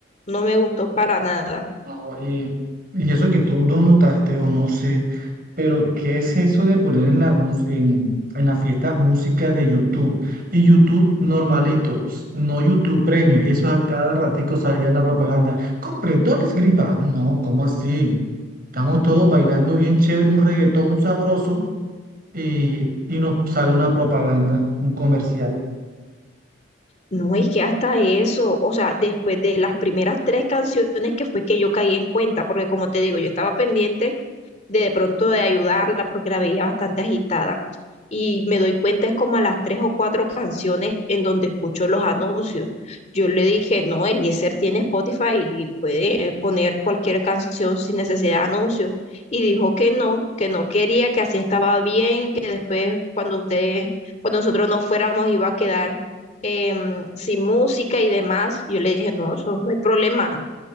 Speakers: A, on the left; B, on the right.
A: No me gustó para nada.
B: No, y, y eso que tú no notaste o no sé, pero ¿qué es eso de poner en la, mus- en, en la fiesta música de YouTube? Y YouTube normalito, s- no YouTube Premium, eso a cada ratico salía en la propaganda. Compre, no les gripa. No, ¿cómo así? Estamos todos bailando bien chévere, un reggaetón sabroso y, y nos sale una propaganda, un comercial.
A: No, es que hasta eso, o sea, después de las primeras tres canciones que fue que yo caí en cuenta, porque como te digo, yo estaba pendiente de, de pronto de ayudarla porque la veía bastante agitada. Y me doy cuenta es como a las tres o cuatro canciones en donde escucho los anuncios. Yo le dije, no, Eliezer tiene Spotify y puede poner cualquier canción sin necesidad de anuncios. Y dijo que no, que no quería, que así estaba bien, que después cuando usted, cuando nosotros nos fuéramos iba a quedar eh, sin música y demás. Yo le dije, no, eso no hay problema